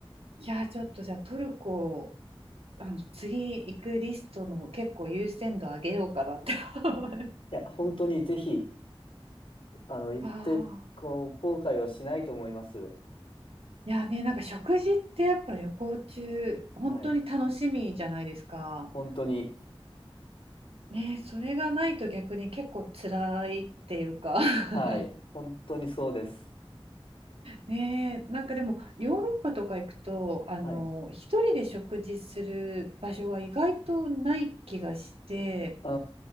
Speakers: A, on the right; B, on the left.
A: いやー、ちょっとじゃあトルコ、あの、次行くリストの結構優先度上げようかなって思う。
B: いや、本当にぜひ、あの、行って、
A: <laughs> ああ
B: こう、後悔はしないと思います。
A: いやね、なんか食事ってやっぱ旅行中、本当に楽しみじゃないですか。
B: はい。本当に。
A: ね、それがないと逆に結構辛いっていうか <laughs>
B: はい。本当にそうです。
A: ね、なんかでもヨーロッパとか行くと、あの、
B: はい。う
A: 一人で食事する場所が意外とない気がして、
B: ー